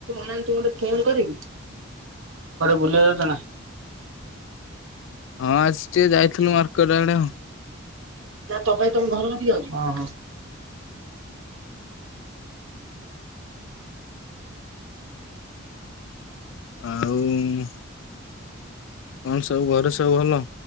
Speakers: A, on the right; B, on the left.
A: ଆଉ କୁଆଡେ ବୁଲିବାକୁ ଯାଉଚ ନା?
B: ହଁ ଆଜି ଟିକେ ଯାଇଥିଲୁ ମାର୍କେଟ ଆଡେ ଆଉ।
A: ଅ ହ।
B: ଆଉ। ହୁଁ। କଣ ସବୁ ଘରେ ସବୁ ଭଲ।